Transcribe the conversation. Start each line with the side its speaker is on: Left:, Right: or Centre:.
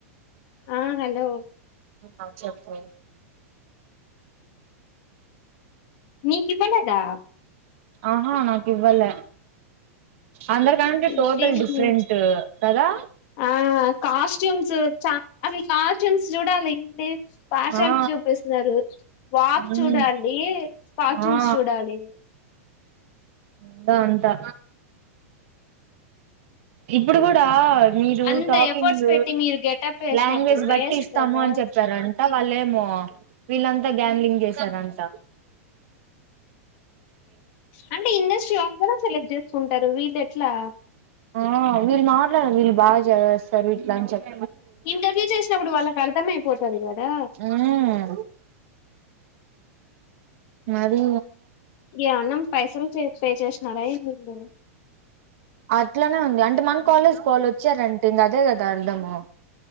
Left: ఆ హలో
Right: ఆ చెప్పు
Left: నీకు ఇవ్వలేదా
Right: ఆహా ఇవ్వల అందరి కంటే
Left: ఇదేంది
Right: టోటల్ డిఫరెంట్ కదా
Left: ఆ కాస్ట్యూమ్స్ చ అసలు కాస్ట్యూమ్స్ చూడాలి వీ పార్చాలిటీ
Right: ఆ
Left: చూపిస్తున్నారు వాక్
Right: మ్మ్
Left: చూడాలి కాట్యూమ్స్
Right: ఆ
Left: చూడాలి
Right: <unintelligible> అంతా ఇప్పుడు కూడా మీరు
Left: అంత
Right: టాకింగ్
Left: ఎఫర్ట్స్ పెట్టి మీరు గెటప్ వేసినప్పుడు
Right: లాంగ్వేజ్
Left: వేస్ట్
Right: బట్టి ఇస్తాము
Left: కదా
Right: అని చెప్పారంట వాళ్ళేమో వీళ్ళంతా గ్యామ్లింగ్ చేశారంట
Left: అంటే ఇండస్ట్రీ <unintelligible> సెలెక్ట్ చేసుకుంటారు వీళ్ళు ఎట్లా
Right: ఆ వీళ్ళు మాట్లాడారు వీళు బాగా చదివేస్తారు ఇట్లా అని చెప్పారు
Left: ఇంటర్వ్యూ చేసినప్పుడు వాళ్ళకి అర్థం అయిపోతది కదా
Right: మ్మ్ అది
Left: ఎమన్నా పైసలు చే పే చేసినారా వీళ్ళు
Right: అట్లానే ఉంది అంటే మన కాలేజ్ వలచ్చు వచ్చార అంటే ఇంగా అదే కదా అర్ధం ఆ